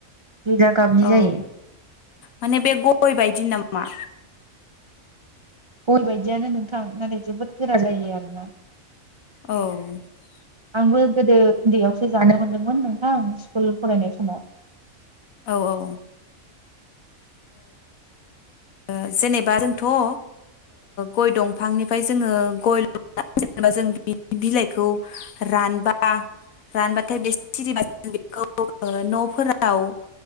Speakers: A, on the right; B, on the left.
A: गोजा गाबनि
B: औ
A: जायो
B: माने बे गय बायदि नामा
A: गय बायदियानो नोंथां नाथाय जोबोद गोरा जायो आरोना
B: औ
A: आंबो गोदो उन्दैआवसो जानो मोन्दोंमोन नोंथां स्कुल फरायनाय समाव
B: औ-औ ओ ओ जेनेबा रोंथ ओ गय दंफांनिफाय जोङो गय ल जेनेबा जों बि बिलाइखौ रानबा रानबाथाय बे सिरिबा जों बेखौ ओ नफोराव